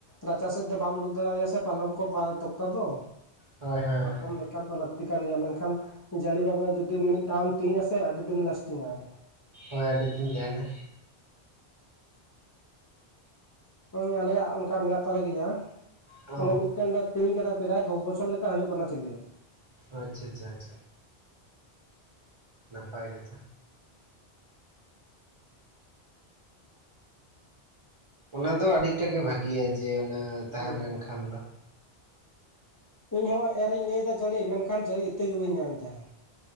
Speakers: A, on the left; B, on the right.
A: ᱨᱟᱪᱟ ᱥᱮᱫ ᱫᱚ ᱵᱟᱢ ᱩᱰᱩᱠ ᱫᱟᱲᱮᱣᱟᱭᱟ ᱥᱮ ᱯᱟᱞᱚᱝ ᱠᱚ ᱯᱟ ᱛᱚᱠᱛᱟ ᱫᱚ᱾
B: ᱦᱳᱭ ᱦᱳᱭ
A: ᱯᱟᱨᱠᱚᱢ ᱞᱟᱹ ᱠᱟᱨ ᱫᱚ ᱞᱟᱹᱠᱛᱤ ᱠᱟᱱ ᱜᱮᱭᱟ ᱢᱮᱱᱠᱷᱟᱱ ᱡᱟᱹᱲᱤ ᱵᱟᱵᱮᱨ ᱡᱩᱫᱤ ᱢᱤᱫ ᱫᱷᱟᱣᱮᱢ ᱛᱤᱧ ᱟᱥᱮ ᱟᱹᱰᱤ ᱫᱤᱱ ᱞᱟᱥᱴᱤᱝ ᱟᱭ᱾
B: ᱦᱳᱭ ᱟᱹᱰᱤ ᱫᱤᱱ ᱛᱟᱦᱮᱱᱟ᱾
A: ᱦᱩᱸ ᱟᱞᱮᱭᱟᱜ ᱚᱱᱠᱟ ᱢᱮᱱᱟᱜ ᱛᱟᱞᱮ ᱜᱮᱭᱟ
B: ᱚ
A: ᱢᱟᱱᱮ ᱢᱤᱫᱴᱮᱱ ᱞᱮ ᱛᱤᱧ ᱠᱟᱫᱟ ᱯᱨᱟᱭ ᱫᱚᱥ ᱵᱚᱪᱷᱚᱨ ᱞᱮᱠᱟ ᱦᱩᱭᱩᱜ ᱠᱟᱱᱟ ᱪᱤᱞᱮ᱾
B: ᱚ ᱟᱪᱪᱷᱟ ᱟᱪᱪᱷᱟ ᱟᱪᱪᱷᱟ᱾ ᱱᱟᱯᱟᱭ ᱠᱟᱛᱷᱟ᱾ ᱚᱱᱟ ᱫᱚ ᱟᱹᱰᱤᱴᱟ ᱜᱮ ᱵᱷᱟᱹᱜᱤᱭᱟ ᱡᱮ ᱚᱱᱟ ᱛᱟᱦᱮᱸ
A: ᱦᱩᱸ
B: ᱞᱮᱱᱠᱷᱟᱱ ᱫᱚ᱾
A: ᱤᱧᱦᱚᱸ ᱮᱨᱤᱧ ᱞᱟᱹᱭᱮᱫᱟ ᱡᱟᱹᱲᱤ ᱢᱮᱱᱠᱷᱟᱱ ᱡᱟᱹᱲᱤ ᱤᱛᱟᱹ ᱜᱮ ᱵᱟᱹᱧ ᱧᱟᱢ ᱫᱟ᱾